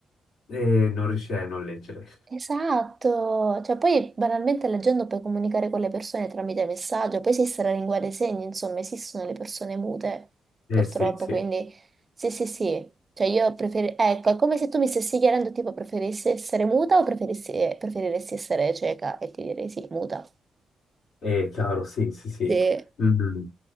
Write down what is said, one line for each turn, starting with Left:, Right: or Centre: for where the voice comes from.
Left: E non riuscirei a non leggere.
Right: Esatto. Cioè, poi banalmente leggendo puoi comunicare con le persone tramite messaggio, poi esiste la lingua dei segni, insomma, esistono le persone mute,
Left: Eh
Right: purtroppo,
Left: sì, sì.
Right: quindi sì, sì, sì. Cioè, io preferirei... Ecco, è come se tu mi stessi chiedendo, tipo, preferissi essere muta o preferissi... preferiresti essere cieca? E ti direi sì, muta.
Left: È chiaro, sì, sì, sì.
Right: Sì.
Left: Mm.